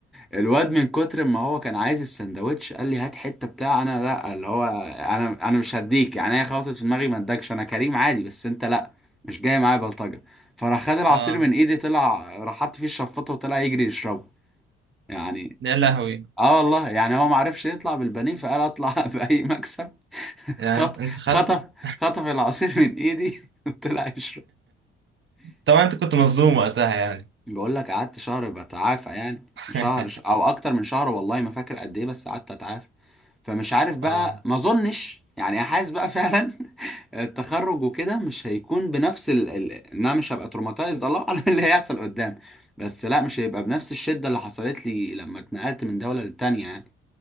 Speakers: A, in the centre; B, on the right.
A: الواد من كتر ما هو كان عايز السندوتش قال لي هات حته بتاع انا لا اللي هو انا انا مش هديك يعني هي خبطت في دماغي ما ادكش انا كريم عادي بس انت لا مش جاي معايا بلطجه فراح خد العصير
B: اه
A: من ايدي طلع راح حط فيه الشفاطه وطلع يجري يشربه يعني
B: يا لهوي
A: اه والله يعني هو ما عرفش يطلع بالبانيه فقال اطلع <laughs> باي مكسب
B: يعني
A: خط
B: انت انت خدت
A: خطف
B: <laughs>
A: خطف العصير من ايدي <laughs> وطلع يشربه
B: طبعا انت كنت مظلوم وقتها يعني
A: بقول لك قعدت شهر بتعافى يعني
B: <laughs>
A: شهر ش- او اكتر من شهر والله ما فاكر قد ايه بس قعدت اتعافى فمش عارف بقى
B: اه
A: ما اظنش يعني حاسس بقى فعلا <laughs> التخرج وكده مش هيكون بنفس ال... ال... ان انا مش هبقى تروماتايزد الله اعلم إيه اللي هيحصل قدام بس لا مش هيبقى بنفس الشدة اللي حصلت لي لما اتنقلت من دولة للتانية يعني